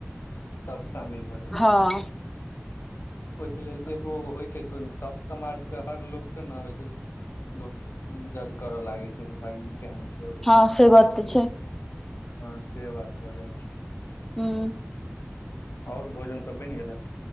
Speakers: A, on the left (about 65°); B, in the centre.
A: सब शामिल भऽ जाइ छैय।
B: हँ।
A: ओहिके लेल एगो होइ छैय तऽ ओहिमे सभ समाज के हर लोकके ने ओहिस लोक जज करऽ लागे छैय कि भाय ई केहन छैय।
B: हँ से बात तऽ छै
A: आ से बात भ जाइ छैय।
B: हू।
A: आओर भोजन सब बनि गेलै।